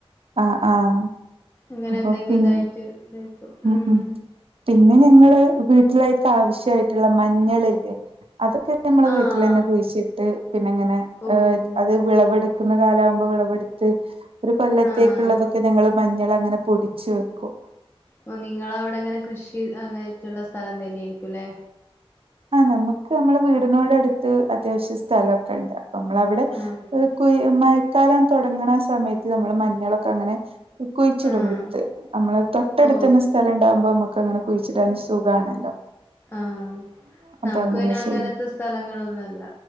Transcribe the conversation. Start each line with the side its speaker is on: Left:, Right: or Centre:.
Right: ആഹ് ആഹ്
Left: ങ്ങനെ
Right: അപ്പൊ
Left: ന്തെങ്കിലുതായിട്ട്
Right: പിൻ ഉം
Left: മ്മ്.
Right: ഉം പിന്നെ ഞങ്ങള് വീട്ടിലേക്കാവശ്യായിട്ടുള്ള മഞ്ഞളില്ലേ അതൊക്കെ നമ്മള്
Left: ആഹ്
Right: വീട്ടിലന്നെ കുഴിച്ചിട്ട് പിന്നങ്ങനെ
Left: ഓ
Right: ഏഹ് അത് വിളവെടു ക്കുന്ന കാലാവുമ്പോ വിളവെടുത്ത് ഒരു കൊല്ലത്തേക്കുള്ളതൊക്കെ
Left: ആഹ്
Right: ഞങ്ങള് മഞ്ഞളാ ങ്ങനെ പൊടിച്ച്‌ വെക്കും
Left: ഓഹ് നിങ്ങളവിടങ്ങനെ കൃഷി അതായിട്ടുള്ള സ്ഥലം തന്നെയായിരിക്കുല്ലെ?
Right: ആഹ് നമക്ക് നമ്മടെവീടിനോടടുത്ത് അത്യാവശ്യ സ്ഥലൊക്കെണ്ട് അപ്പ നമ്മള വിടെ
Left: ആഹ്
Right: കുയി മയക്കാലം തൊടങ്ങണാസമയത്ത് നമ്മള് മഞ്ഞളൊക്കങ്ങനെ കുയിച്ചിടും
Left: ആഹ്
Right: വിത്ത് നമ്മള് തൊട്ടടുത്തന്നെ
Left: ഓ
Right: സ്ഥലൊണ്ടാവുമ്പ നമക്കങ്ങനെ കുയി ച്ചിടാനും സുഖമാണല്ലോ <inaudible>
Left: ആഹ് നമുക്ക് പിന്നെ അങ്ങനത്തെ
Right: ചെയ്യും
Left: സ്ഥലങ്ങളൊന്നുംല്ല